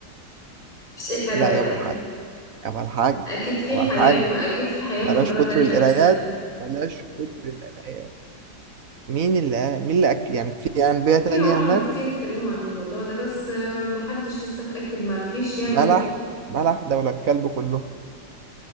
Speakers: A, on the left; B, on the right.
A: <laughs> مش إلحاد
B: لا
A: ولا
B: يابا
A: حاجة
B: الحاج يابا الحاج
A: اكيد في
B: يابا
A: حياة
B: الحاج
A: في ما اكيد في حياة
B: بلاش
A: في مجرة
B: كتر
A: تانية
B: القرايات
A: وناس تانية
B: بلاش كتر القرايات مين اللي قال- مين اللي اكد يعني في انبياء
A: في
B: تانية
A: علماء
B: هناك
A: كتير اتكلموا عن الموضوع ده بس آه، محدش لسه اتأكد ما فيش يعني
B: ملح ملح دولة الكلب كله